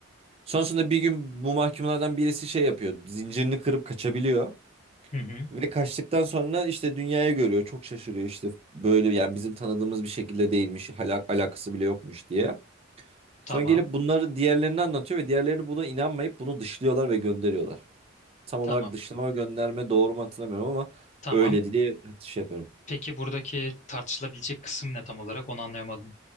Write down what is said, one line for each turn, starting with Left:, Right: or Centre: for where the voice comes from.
Right: Sonrasında bir gün bu mahkumlardan birisi şey yapıyor. Zincirini kırıp kaçabiliyor.
Left: Hı hı.
Right: Ve kaçtıktan sonra işte dünyayı görüyor. Çok şaşırıyor işte böyle yani bizim tanıdığımız bir şekilde değilmiş. Hala alakası bile yokmuş diye. Sonra
Left: Tamam.
Right: gelip bunları diğerlerine anlatıyor ve diğerlerini buna inanmayıp bunu dışlıyorlar ve gönderiyorlar. Tam olarak
Left: Tamam.
Right: dışlama ve gönderme doğru mu hatırlamıyorum ama
Left: Tamam.
Right: öyleydi diye şey yapıyorum.
Left: Peki buradaki tartışılabilecek kısım ne tam olarak? Onu anlayamadım.